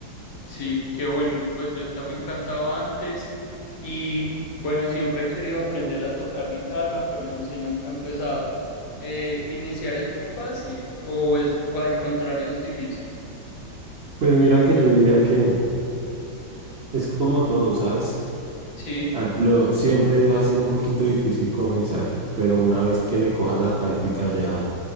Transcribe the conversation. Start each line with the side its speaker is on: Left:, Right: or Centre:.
Left: Sí, qué bueno, pues yo también cantaba antes y bueno, siempre he querido aprender a tocar guitarra, pero no sé, nunca he empezado. Eh, ¿iniciar es muy fácil o es o al contrario es difícil?
Right: Pues mira que yo diría que es como todo, ¿sabes?
Left: Sí,
Right: Al, lo- siempre va a ser un poquito difícil comenzar, pero una vez que le cojas la práctica ya